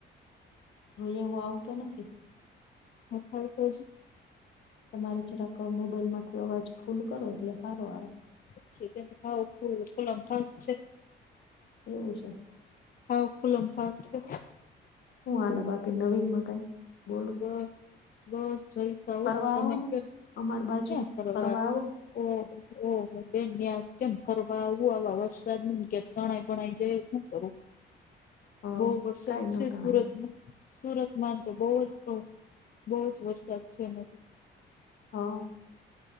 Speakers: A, on the left (about 70°); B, on the left (about 45°).
A: હવે એવું આવતું નથી.
B: હથા તોજ <unintelligible>
A: તમારે જરાક મોબાઈલ માંથી અવાજ ફૂલ કરો, એટલે સારો આવે.
B: હજી આવું ફૂલમ ફાસ છે
A: એવું છે
B: હોવ ફુલમ ફાસ છે
A: હું હાલે બાકી નવીનમાં કઈ બોલો
B: બસ બસ જલ્સા હો
A: ફરવા
B: તમે
A: આવો ને
B: કયો
A: અમાર બાજુ
B: ક્યા ફરવા
A: આવો
B: ઓ ઓ બેન ત્યાં કેમ ફરવા આવું આવા વરસાદ માં ક્યાંક તણાઈ ભણાઈ જાય શું કરું
A: <inaudible>
B: બહુ વરસાદ
A: કઈ ન
B: છે
A: તણાય
B: સુરતમાં સુરતમાં તો બહુ જ બહુ જ વરસાદ છે એમાં
A: હા